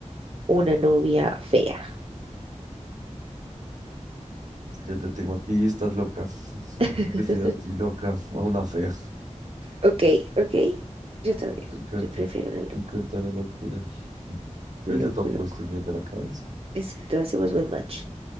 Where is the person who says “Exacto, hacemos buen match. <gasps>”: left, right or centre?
Right